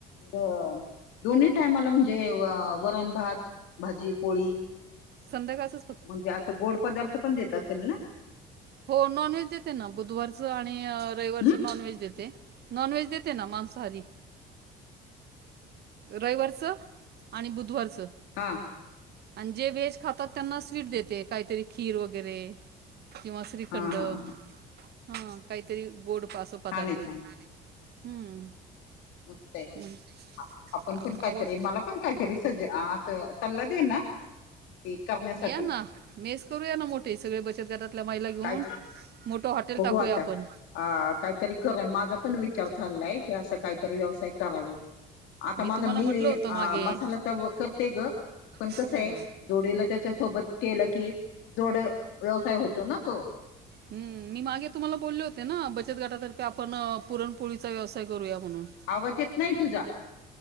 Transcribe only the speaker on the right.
संध्याकाळचं
हो नॉनव्हेज देते ना बुधवारचं आणि रयवारचं
नॉनव्हेज देते. नॉनवेज देते ना मांसाहारी रयवारचं आणि बुधवारचं
आणि जे व्हेज खातात त्यांना स्वीट देते काहीतरी खीर वगैरे किंवा श्रीखंड
हा
काहीतरी गोड असं
पदार्थ
हम्म
मग
आवड
या ना मेस करू या ना मोठे सगळे बचत गटातल्या मयला घेऊन
मोठं हॉटेल
टाकूया
आपण
तुम्हाला
म्हणलं
होतं मागे
हो
ह् मी मागे तुम्हाला बोलले होते ना बचत गाटातर्फे आपण पुरणपोळीचा व्यवसाय करूया म्हणून